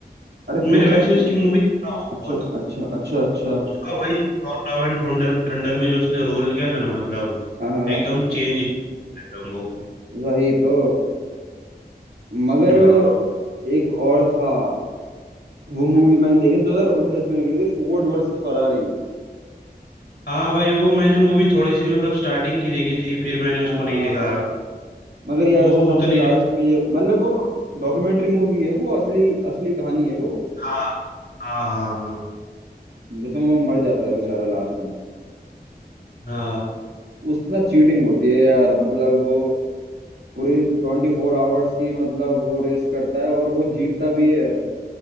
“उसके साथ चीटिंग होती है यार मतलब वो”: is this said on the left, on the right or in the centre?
Right